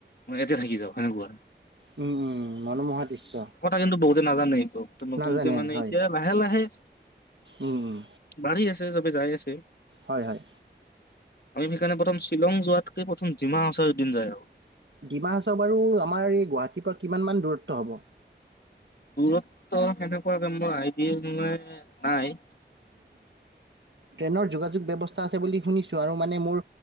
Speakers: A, on the left; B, on the right.
A: এতে থাকি যাও সনেকুৱা।
B: উম -উম মনোমোহা দৃশ্য।
A: কিন্ত বহুতে নাজান নাই ত নতুনকে
B: নাজানে
A: মানে
B: হয়
A: এতিয়া লাহে লাহে।
B: উম- উম
A: বাঢ়ি চবে যাই আছে।
B: হয় -হয়
A: আমি সেইকাৰণে প্ৰথম শ্বিলং যোৱাতকে প্ৰথম জিমা হচাৰদিন যায় আৰু।
B: ডিমাহাচও বাৰু আমাৰ এই গুৱাহাটীৰ পৰা কিমান মান দূৰত্ব হ'ব।
A: দূৰত্ব সেনেকুৱা গাম আইডিয়া মানে নাই।
B: ট্ৰেইনৰ যোগাযোগ ব্যৱস্থা। আছে বুলি শুনিছো আৰু মানে মোৰ